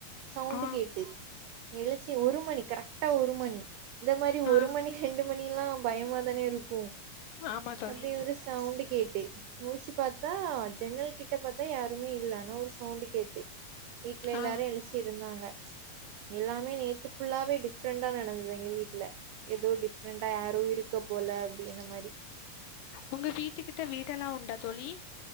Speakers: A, on the right; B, on the left.
A: சவுண்டு
B: ஆ
A: கேட்டு எழுச்சி ஒரு மணி கரெக்டா ஒரு மணி இந்த மாரி
B: ஆ
A: ஒரு மணி ரெண்டு மணிலா பயமா தானே இருக்கு
B: ஆமா தோழி
A: அப்படி ஒரு சவுண்டு கேட்டு முழிச்சு பாத்தா ஜன்னல் கிட்ட ட்ட பாத்தா யாருமே இல்ல ஆனா ஒரு சவுண்டு கேட்டு வீட்ல எல்லாரும்
B: ஆ
A: எழுச்சி இருந்தாங்க எல்லாமே நேத்து ஃபுல்லாவே டிஃப்ரெண்டா நடந்துது எங்க வீட்ல எதோ டிஃப்ரெண்டா யாரோ இருக்க போல அப்டி இந்த மாரி
B: உங்க வீட்டுக்கிட்ட வீடெல்லா உண்டா தோழி